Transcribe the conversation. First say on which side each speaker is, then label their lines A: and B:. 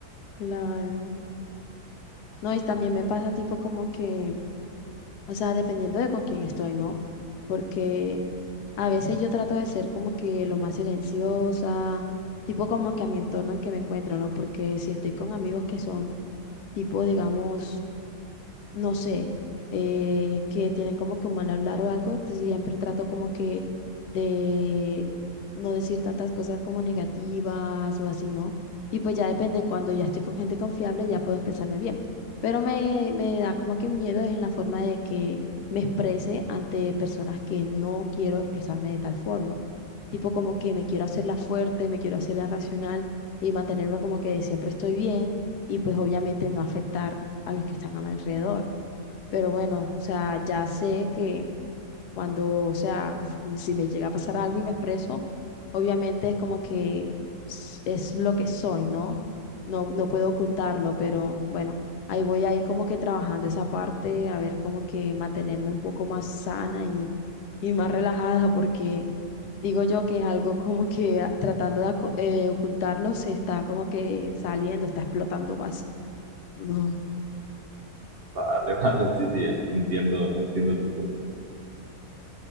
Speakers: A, on the left; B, on the right.
A: Claro. No, y también me pasa tipo como que O sea, dependiendo de con quién estoy, ¿no? Porque a veces yo trato de ser como que lo más silenciosa, tipo como que a mi entorno en que me encuentro, ¿no? Porque si estoy con amigos que son tipo, digamos, no sé, eh, que tienen como que un mal hablar o algo, entonces siempre trato como que de no decir tantas cosas como negativas o así, ¿no? Y pues ya depende, cuando ya estoy con gente confiable ya puedo expresarme bien, pero me, me da como que miedo es en la forma de que me exprese ante personas que no quiero expresarme de tal forma, tipo como que me quiero hacerla fuerte, me quiero hacerla racional y mantenerme como que siempre estoy bien y pues obviamente no afectar a los que están a mi alrededor. Pero bueno, o sea, ya sé que cuando, o sea, <laughs> si me llega a pasar algo y me expreso, obviamente es como que s- es lo que soy, ¿no? No, no puedo ocultarlo, pero bueno, ahí voy a ir como que trabajando esa parte, a ver como que mantenerme un poco más sana y, y más relajada, porque digo yo que es algo como que a- tratando de aco- eh, ocultarlo se está como que saliendo, está explotando más. No.
B: Vale, <laughs> vale, sí, sí, en- entiendo, entiendo tu punto.